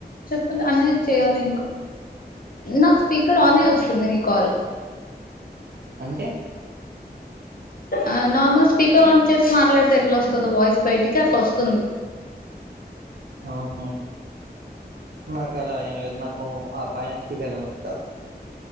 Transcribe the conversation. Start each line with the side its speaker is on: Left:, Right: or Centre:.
Left: చెప్పుల్ అన్నయ్యకు చెయాలి ఇంకా నాకు స్పీకర్ ఆన్ అయి వస్తుంది నీ కాల్
Right: అంటే
Left: ఆ నార్మల్ స్పీకర్ ఆన్ చేసి మాట్లాడితే ఎట్లా వస్తదో వాయిస్ బయటికి అట్లా వస్తుంది
Right: ఆహా నాకు అలా ఏం లేదు నాకు ఆ పైన స్పీకర్ లోనే వత్తాంది